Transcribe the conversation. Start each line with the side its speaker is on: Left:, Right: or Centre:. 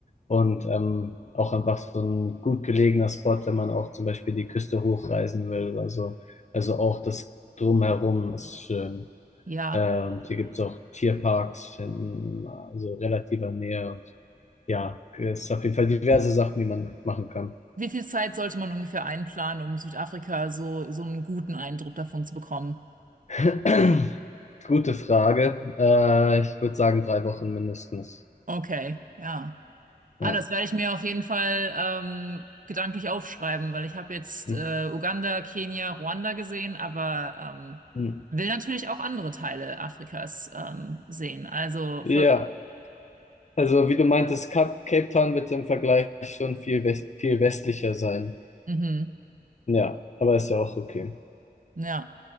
Left: und ähm, auch einfach so ein gut gelegener Spot, wenn man auch zum Beispiel die Küste hochreisen will oder so. Also auch das Drumherum ist schön.
Right: Ja.
Left: Ähm, hier gibt es auch Tierparks in also relativer Nähe und ja, es ist auf jeden Fall diverse Sachen, die man machen kann.
Right: Wie viel Zeit sollte man ungefähr einplanen, um Südafrika so, so einen guten Eindruck davon zu bekommen?
Left: <clears throat> Gute Frage. Äh, ich würde sagen, drei Wochen mindestens.
Right: Okay, ja.
Left: Ja.
Right: Ah, das werde ich mir auf jeden Fall ähm, gedanklich aufschreiben, weil ich habe jetzt
Left: Hm.
Right: äh, Uganda, Kenia, Ruanda gesehen, aber ähm,
Left: Hm.
Right: will natürlich auch andere Teile Afrikas ähm, sehen. Also
Left: Ja,
Right: voll cool.
Left: also wie du meintest, Cap Cape Town wird im Vergleich schon viel, wes viel westlicher sein.
Right: Mhm.
Left: Ja, aber ist ja auch okay.
Right: Ja.